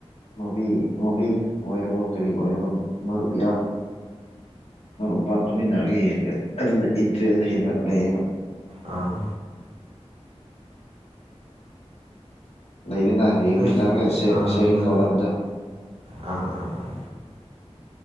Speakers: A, on the left; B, on the right.
A: ꯃꯕꯤ ꯃꯕꯤ ꯑꯣꯏꯔꯣ ꯀꯔꯤ ꯑꯣꯏꯔꯣ ꯃꯔꯨꯄꯤ ꯃꯔꯨꯞ ꯃꯄꯥꯡ ꯐꯝꯃꯤꯟꯅꯔꯒ ꯌꯦꯡꯉꯒ ꯑꯗꯨꯅ ꯏꯟꯇꯔꯦꯁꯇ ꯍꯦꯟꯅ ꯂꯩ꯭ꯂꯕ
B: ꯑꯥ
A: ꯂꯩꯗꯨꯅ ꯌꯦꯡꯃꯤꯟꯅꯔꯒ
B: ꯑꯩꯁꯨꯅꯦ ꯑꯥ
A: ꯁꯦꯔꯤꯡ
B: ꯍꯣꯏ
A: ꯇꯧꯅꯕꯗ
B: ꯑꯥ ꯑꯥ ꯑꯥ